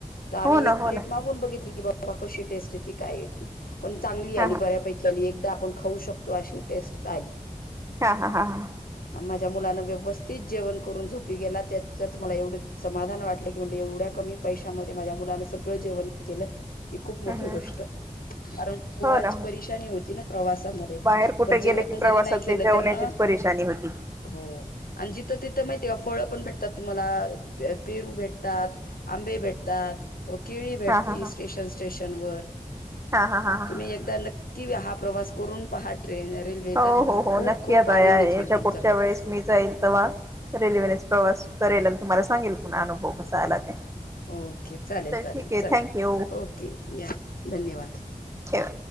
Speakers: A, on the left (about 90°); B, on the right (about 20°).
A: तर आम्ही
B: हो ना
A: एक
B: हो
A: प्लेट
B: ना
A: मागून बघितली की बाबा कशी टेस्ट येतती काय येतती पण चांगली
B: हा
A: आली
B: हा
A: बऱ्यापैकी- एकदा आपण खाऊ शकतो अशी टेस्ट आली.
B: हा हा हा हा
A: माझ्या मुलां व्यवस्थित जेवण करून झोपी गेलात. त्यात मला एवढं समाधान वाटलं की, म्हनलं एवढ्या कमी पैशामध्ये माझ्या मुलां सगळं जेवण, केलं ती खूप मोठी
B: हम्म
A: गोष्ट,
B: हम्म
A: कारण पोरांची
B: हो ना हो
A: परेशानी होती ना प्रवासामध्ये,
B: बाहेर कुठे
A: मग
B: गेले
A: जेवण
B: की प्रवासात
A: जरी नाही केलं
B: ते जेवण्याचीच
A: तर ना.
B: परेशानी होती.
A: हो आणि जिथं तिथं माहिती आहे का, फळ पण भेट- तुम्हाला पेरू भेटतात, आंबे भेटतात, केळी भेटती
B: हा हा हा
A: स्टेशन स्टेशन वर,
B: हा हा हा हा
A: तुम्ही एकदा नक्- कि हा प्रवास करून पहा ट्रेन रेल्वेचा
B: हो हो हो
A: खूप
B: नक्की
A: खूप
B: आता
A: आनंदित
B: या याच्या
A: होईल तुमचा
B: पुढच्या
A: प्रवास.
B: वेळेस मी जाईल तेव्हा रेल्वेनेच प्रवास करेल आणि तुम्हाला सांगेल पुन्हा अनुभव कसा आला ते.
A: ओके चालेल. चालेल
B: ठीक आहे
A: चला
B: थँक्यू
A: ओके या धन्यवाद.
B: ठेव.